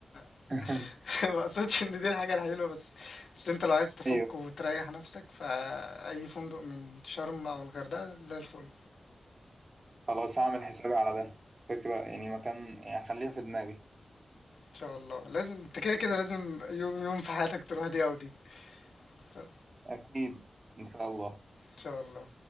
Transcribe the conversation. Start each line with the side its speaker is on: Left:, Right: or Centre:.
Left: <laughs>
Right: <laughs>
Left: ما اقصدش ان دي الحاجة الحلوة بس بس انت لو عايز تفك
Right: ايوه
Left: وتريح نفسك فأي فندق من شرم او الغردقة زي الفل ان
Right: خلاص هعمل حسابي على ده فكرة يعني مكان يعني خليها في دماغي
Left: شاء الله لازم انت كده كده لازم يوم يوم في حياتك تروح دي او دي ان
Right: اكيد ان شاء الله
Left: شاء الله